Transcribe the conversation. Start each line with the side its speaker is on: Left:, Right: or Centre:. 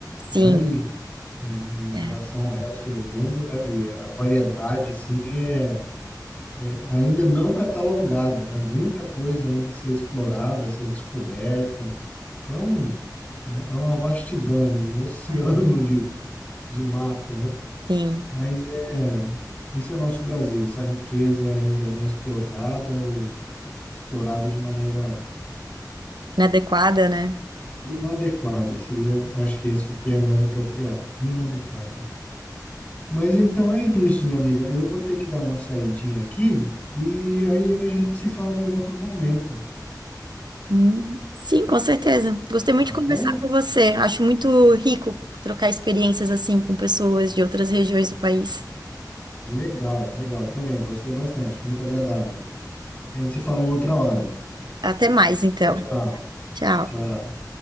Right: sim,
Left: É ali. em em
Right: é,
Left: relação ao resto do mundo, é ali, a variedade assim é é ainda não catalogada, né? Muita coisa ainda a ser explorada, a ser descoberta, que é um é uma vastidão, um <laughs> oceano
Right: é,
Left: de, de mata, né?
Right: sim.
Left: Mas é isso é nosso Brasil, essa riqueza ainda não explorada ou explorada de maneira
Right: Inadequada, né?
Left: inadequada, seria, acho que esse é o termo mais apropriado, inadequada. Mas então é isso, minha amiga. Eu vou ter que dar uma saidinha aqui e aí a gente se fala num outro momento,
Right: Hum, Sim, com certeza. Gostei muito
Left: tá
Right: de conversar
Left: bom?
Right: com você. Acho muito rico trocar experiências assim com pessoas de outras regiões do país.
Left: Legal, legal. Também gostei bastante, foi muito agradável. A gente se fala uma outra hora.
Right: Até mais, então.
Left: Tchau, tchau.
Right: Tchau.
Left: Tchau.